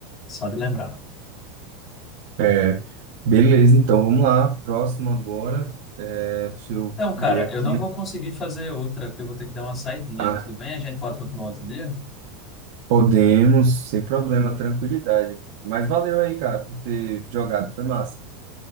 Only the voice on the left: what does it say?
só de lembrar.
Então, cara,
eu não vou conseguir fazer outra, porque eu vou ter que dar uma saidinha.
Tudo bem? A gente pode continuar outro dia?